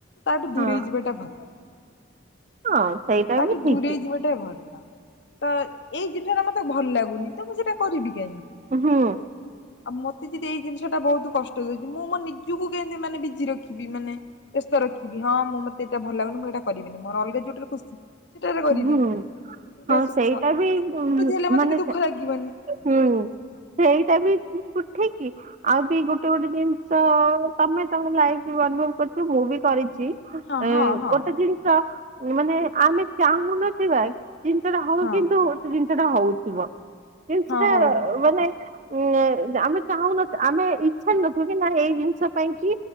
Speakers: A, on the left (about 65°); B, on the right (about 40°).
A: ତାଠୁ
B: ହଁ
A: ଦୂରେଇ ଯିବାଟା ଭଲ।
B: ହଁ ସେଇଟା
A: ତାଠୁ
B: ବି ଠିକ୍।
A: ଦୂରେଇ ଯିବାଟା ଭଲ ତ ଏଇ ଜିନିଷଟା ମତେ ଭଲ ଲାଗୁନି ତ ମୁଁ ସେଇଟା କରିବି କାହିଁକି?
B: ହୁଁ
A: ଆଉ ମତେ ଯଦି ଏଇ ଜିନିଷ ଟା ବହୁତ କଷ୍ଟ ଦଉଚି ମୁଁ ମୋ ନିଜକୁ କେମିତି ମାନେ ବିଜି ରଖିବି। ମାନେ ବ୍ୟସ୍ତ ରଖିବି ହଁ ମୁଁ ମତେ ଏଇଟା ଭଲ ଲାଗୁନି ମୁଁ ଏଇଟା କରିବି। ମୁଁ ମୋର ଅଲଗା <unintelligible> ଜୋଟରେ ଖୁସି ସେଟାରେ କରିବି
B: ହୁଁ
A: ଯୋଉଟା
B: ହଁ
A: ସୁଖ
B: ସେଇଟା ବି
A: ଏମିତି ହେଲେ ମତେ
B: ମାନେ
A: ବି ଦୁଃଖ ଲାଗିବନି
B: ହୁଁ ସେଇଟା ବି ଠିକ କି ଆଉ ବି ଗୋଟେ ଗୋଟେ ଜିନିଷ ତମେ ତମର ଲାଇଫ ବି ଅନୁଭବ କରୁଥିବ ମୁଁ ବି କରିଚି।
A: ହଁ
B: ସେଇ
A: ହଁ ହଁ
B: ଗୋଟେ ଜିନିଷ ମାନେ ଆମେ ଚାହୁଁନଥିବା ଇ ଜିନିଷଟା ହଉ
A: ହଁ
B: କିନ୍ତୁ ଜ ସେଇଟା ହେଉଥିବ। ଜିନିଷ
A: ହଁ
B: ଟା
A: ହଉଥିବ
B: ମାନେ ଉଁ ଆମେ ଚାହୁଁନଥିବା ଆମେ ଇଚ୍ଛା ନଥିବ କି ନା ଏଇ ଜିନିଷ ପାଇଁ କି